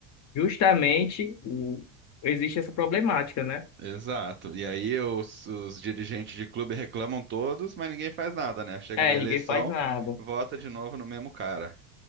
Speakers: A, on the left (about 40°); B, on the right (about 30°).
A: justamente, o- existe essa problemática, né?
B: Exato. E aí os, os dirigentes de clube reclamam todos, mas ninguém faz nada, né? Chega
A: É,
B: na eleição,
A: ninguém faz nada.
B: vota de novo no mesmo cara.